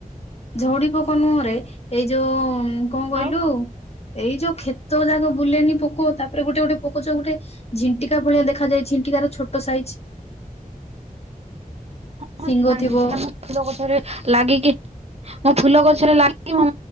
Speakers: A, on the left (about 45°); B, on the right (about 45°).
A: ଝଡି ପୋକ ନୁହଁରେ ଏଇ ଯଉ କଁ କହିଲୁ
B: ଆଉ
A: ଏଇ ଯଉ କ୍ଷେତ ଯାକ ବୁଲେନି ପୋକ ତାପରେ ଗୋଟେ ଗୋଟେ ପୋକ ଚ ଗୋଟେ ଝଣ୍ଟିକା ଭଳିଆ ଦେଖାଯାଏ ଝଣ୍ଟିକାର ଛୋଟ ସାଇଜ୍।
B: ହଁ
A: ଶିଙ୍ଗ
B: ହଁ ଜାଣିଚି
A: ଥିବ
B: ସେଟା <unintelligible> ଲାଗିକି ମୋ ଫୁଲ ଗଛରେ ଲାଗି ମ